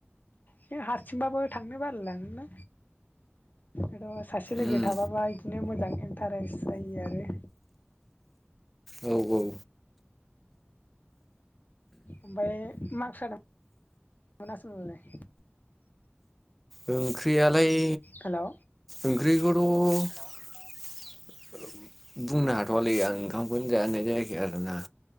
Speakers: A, on the left (about 45°); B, in the centre.
A: बे हारसिंबाबो थांनो बालायलाङोना बे सासे लोगो
B: उम
A: थाफाबा बिदिनो मोजां इन्टारेस्ट जायो आरो
B: औ औ
A: ओमफ्राय मारकसा मोनासैमोनलाय
B: ओंख्रियालाय
A: हेलौ
B: ओंख्रिखौथ' बुंनो हाथ'वलै आं ओंखामखौनो जानाय जायाखै आरोना